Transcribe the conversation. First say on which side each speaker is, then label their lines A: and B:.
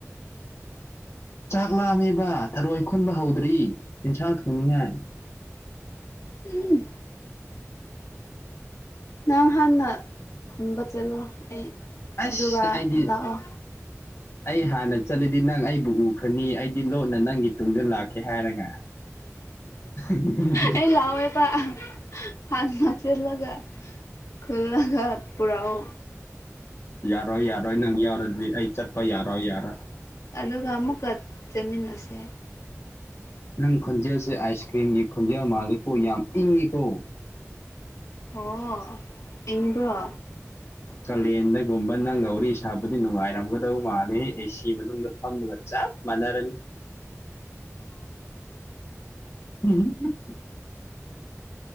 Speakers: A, on the left; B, on the left.
A: ꯆꯥꯛ ꯂꯥꯝꯃꯤꯕ ꯊꯔꯣꯏ ꯈꯨꯟꯕ ꯍꯧꯗ꯭ꯔꯤ ꯏꯟꯁꯥꯡ ꯊꯣꯡꯅꯤꯡꯉꯥꯏ
B: ꯎꯝ ꯅꯪ ꯍꯥꯟꯅ ꯈꯨꯟꯕ ꯆꯠꯂꯣ ꯑꯩ
A: ꯑꯁ
B: ꯑꯗꯨꯒ
A: ꯑꯩꯗꯤ
B: ꯂꯥꯛꯑꯣ
A: ꯑꯩ ꯍꯥꯟꯅ ꯆꯠꯂꯤꯗꯤ ꯅꯪ ꯑꯩꯕꯨ ꯎ ꯐꯅꯤ ꯑꯩꯗꯤ ꯂꯣꯠꯅ ꯅꯪꯒꯤ ꯇꯨꯡꯗ ꯂꯥꯛꯀꯦ ꯍꯥꯏꯔꯒ ꯎ
B: ꯑꯩ ꯂꯥꯛꯑꯣꯏꯕ ꯍꯥꯟꯅ ꯆꯦꯜꯂꯒ ꯈꯨꯜꯂꯒ ꯄꯨꯔꯑꯣ
A: ꯌꯥꯔꯣꯏ ꯌꯥꯔꯣꯏ ꯅꯪ ꯌꯥꯎꯔꯗꯤ ꯑꯩ ꯆꯠꯄ ꯌꯥꯔꯣꯏ ꯌꯥꯔꯣꯏ
B: ꯑꯗꯨꯒ ꯑꯃꯨꯛꯀ ꯆꯠꯃꯤꯟꯅꯁꯦ
A: ꯅꯪ ꯈꯣꯟꯖꯦꯜꯁꯦ ꯑꯥꯏꯁ ꯀ꯭ꯔꯤꯝꯒꯤ ꯈꯣꯟꯖꯦꯜ ꯃꯥꯂꯦꯀꯣ ꯌꯥꯝ ꯏꯪꯉꯤꯀꯣ
B: ꯑꯣ__ ꯏꯡꯕ꯭ꯔꯣ?
A: ꯀꯥꯂꯦꯟꯗꯒꯨꯝꯕ ꯅꯪꯒ ꯋꯥꯔꯤ ꯁꯥꯕꯗꯤ ꯅꯨꯡꯉꯥꯏꯔꯝꯒꯗꯧ ꯃꯥꯜꯂꯦ ꯑꯦꯁꯤ ꯃꯅꯨꯡꯗ ꯐꯝꯃꯒ ꯆꯞ__ ꯃꯥꯟꯅꯔꯅꯤ <unintelligible>